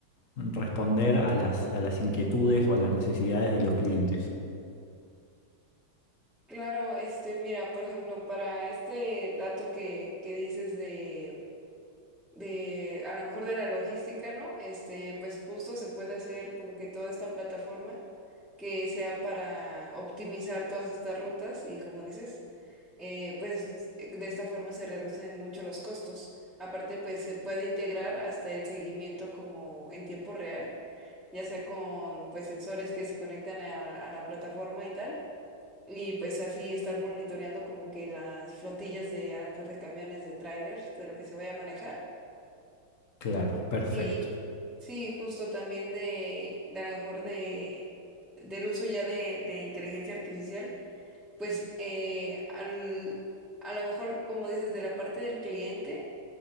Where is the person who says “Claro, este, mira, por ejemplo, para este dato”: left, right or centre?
Centre